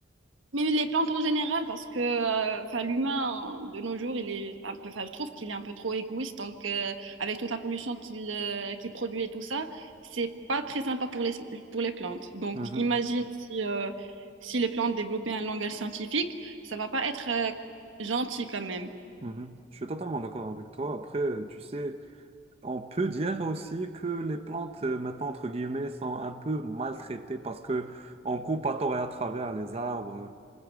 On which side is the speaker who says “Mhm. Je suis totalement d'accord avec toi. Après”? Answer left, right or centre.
Right